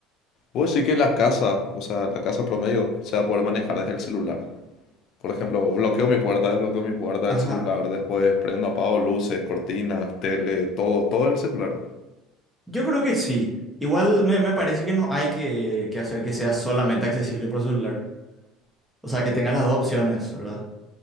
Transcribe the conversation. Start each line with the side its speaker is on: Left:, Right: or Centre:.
Left: vos decís que la casa,
Centre: sí.
Left: o sea, la casa promedio, se va a poder manejar desde el celular? Por ejemplo, bloqueo mi puerta, desbloqueo mi puerta
Centre: Ajá.
Left: del celular, después prendo, apago luces, cortinas, tele, todo, todo el celular.
Centre: Yo creo que sí. Igual me, me parece que no hay que, que hacer que sea solamente accesible por celular. O sea, que tenga las dos opciones, ¿verdad?